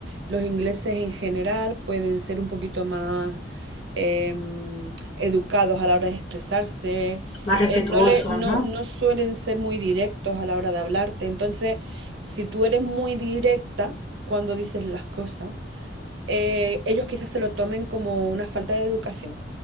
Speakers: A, on the right (about 75°); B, on the left (about 35°).
A: los ingleses en general pueden ser un poquito más em, educados a la hora de expresarse.
B: más respetuosos,
A: eh, no le, no,
B: ¿no?
A: no suelen ser muy directos a la hora de hablarte. Entonces, si tú eres muy directa cuando dices las cosas, eh, ellos quizás se lo tomen como una falta de educación